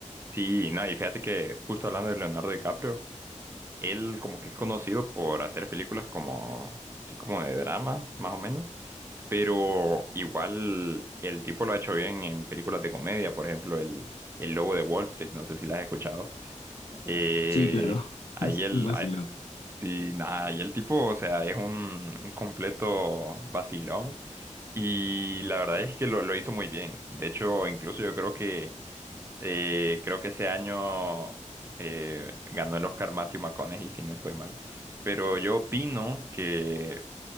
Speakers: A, on the right; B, on the left.
A: Sí, no, y fíjate que justo hablando de Leonardo DiCaprio, él como que es conocido por hacer películas como, así como de drama, más o menos, pero igual el tipo lo ha hecho bien en películas de comedia, por ejemplo, el, el Lobo de Wall Street, no sé si la has escuchado. Eh,
B: Sí, claro,
A: ahí
B: <laughs> es
A: el,
B: un vacilón.
A: ah, sí, nada, y el tipo, o sea, es un, un completo vacilón y la verdad es que lo, lo hizo muy bien. De hecho, incluso yo creo que eh, creo que ese año eh, ganó el Oscar Matthew McConaughey, si no estoy mal. Pero yo opino que,